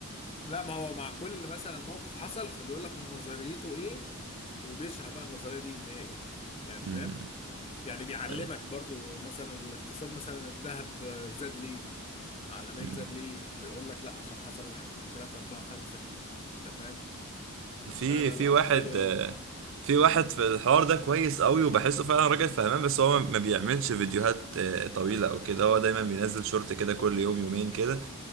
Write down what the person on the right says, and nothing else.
مم.
أي.
مم.
في
في
واحد
آه،
في واحد في الحوار ده كويس قوي وبحسه فعلا راجل فهمان بس هو ما بيعملش فيديوهات آه، طويلة او كده هو دايما بينزل شورت كده كل يوم يومين كده